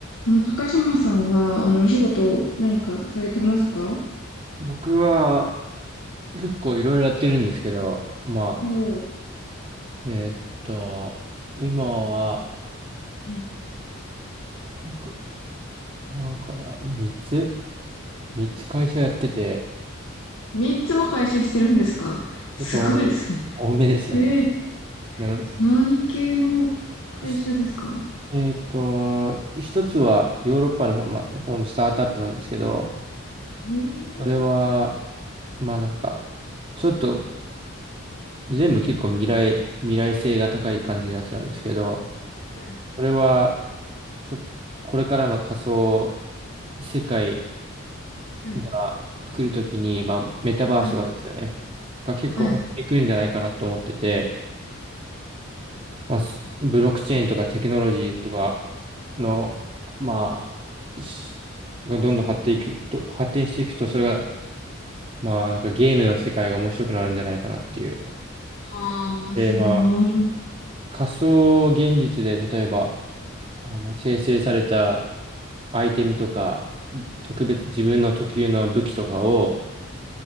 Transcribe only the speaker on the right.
僕は結構いろいろやってるんですけど、まあ、
えーっと、今は、
なんか、なんかだ、3つ ?3 つ会社やってて、
結構多め、多めですよね。
なし
しえーっと、一つはヨーロッパの方、ま、方のスタートアップなんですけど、
それは、まあなんか、ちょっと全部結構未来、未来性が高い感じのやつなんですけど、
それは、ちょっと、これからの仮想世界
が来るときに、まあ、メタバースとかですよね。
が結構本当に来るんじゃないかなと思ってて、
まあ、すブロックチェーンとかテクノロジーとかの、まあ、しがどんどん発展いくと、発展していくと、それが、まあ、なんかゲームの世界が面白くなるんじゃないかなっていう。
で、
まあ、仮想現実で、例えば、あの、生成されたアイテムとか、特別自分の特有の武器とかを、